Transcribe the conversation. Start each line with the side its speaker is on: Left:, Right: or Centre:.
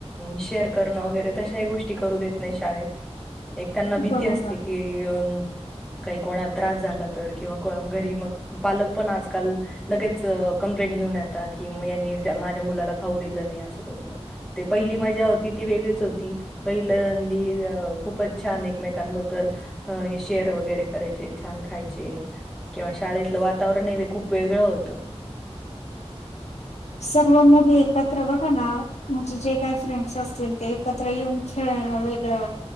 Centre: शेअर करणं वगैरे तशाही गोष्टी करू देत नाही शाळेत. एक त्यांना भीती
Left: बरोबर.
Centre: असते की काही कोणाला त्रास झाला तर किंवा घरी मग पालक पण आजकाल लगेच कंप्लेन घेऊन येतात म यांनी माझ्या मुलाला खऊ दिल नाही असं तसं ती पहिली मज्जा होती ती वेग होती. पहिलं अंदी खूपच छान एकमेकांबद्दल हे शेअर वगैरे करायचे छान खायचे किंवा शाळेतलं वातावरण हे खूप वेगळं होतं.
Left: <inaudible> सर्व मुली एकत्र बघ ना म्हणजे जे काही फ्रेंड्स असतील ते एकत्र येऊन खेळ हा वेगळं..